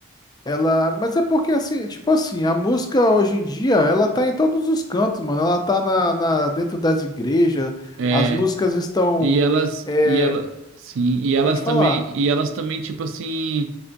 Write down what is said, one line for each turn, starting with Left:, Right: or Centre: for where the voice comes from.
Left: ela, mas é porque assim, tipo assim, a música hoje em dia, ela tá em todos os cantos, mano. Ela tá na, na- dentro das igrejas,
Right: é,
Left: as músicas estão,
Right: e elas
Left: é,
Right: e ela sim, e elas
Left: pode falar,
Right: também e elas também tipo assim